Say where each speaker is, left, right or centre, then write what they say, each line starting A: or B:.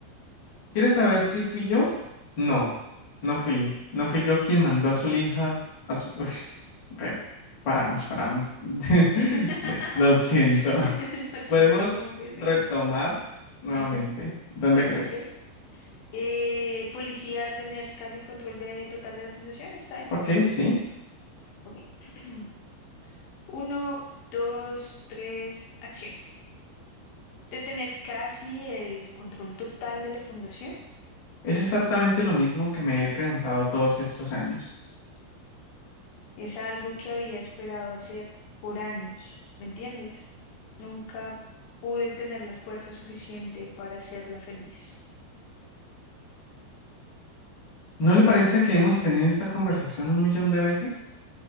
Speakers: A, on the left (about 30°); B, on the left (about 75°).
A: ¿Quieres saber si fui yo? No, no fui. No fui yo quien mandó a su hija a su... Uy, re- paramos, paramos. <laughs>
B: <laughs>
A: Lo siento.
B: <laughs> No te
A: Podemos
B: preocupes,
A: retomar
B: Genki.
A: nuevamente.
B: Sí, sí, sí.
A: ¿Dónde crees?
B: Ok. Eh, policía tener casi el control de, total de la fundación, ¿está bien?
A: Ok, sí.
B: Ok. <clears throat> Uno, dos, tres, acción. De tener casi el control total de la fundación
A: Es exactamente lo mismo que me he preguntado todos estos años.
B: es algo que había esperado hacer por años, ¿me entiendes? Nunca pude tener la fuerza suficiente para hacerla feliz.
A: ¿No le parece que hemos tenido esta conversación un millón de veces?